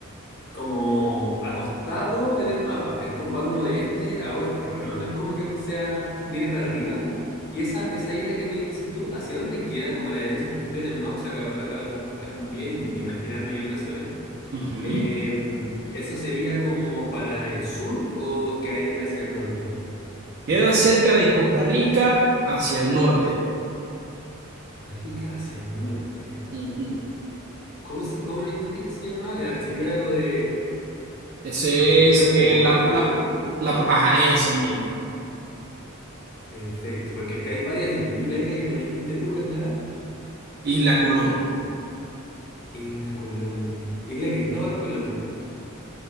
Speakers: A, on the left (about 50°); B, on the right (about 45°).
A: como acostado en el mapa, es como, va como de este a oeste, ¿o no? No es como que sea, mire para arriba. Y esa, esa isla que me dices tú, ¿hacia dónde queda? Como a la derecha, porque estoy en el Maps acá ahora para buscar bien y imaginarme bien la zona.
B: Ujú.
A: Eh, ¿eso sería como para el sur o quedaría hacia el norte?
B: Queda cerca de Costa Rica hacia el norte.
A: Costa Rica hacia el norte.
B: Ujú.
A: ¿Cómo, se, cómo me dijiste que se llamaba? El archipiélago de...
B: Ese
A: Archipiélago
B: es
A: de
B: eh,
A: Bocas
B: la,
A: del
B: la,
A: Toro.
B: la pro- ajá, ese mismo.
A: Perfecto, porque acá hay varias islas. Y la isla que me dijiste tú es la
B: Isla Colón.
A: Isla Colón. Isla Cristóbal Colón.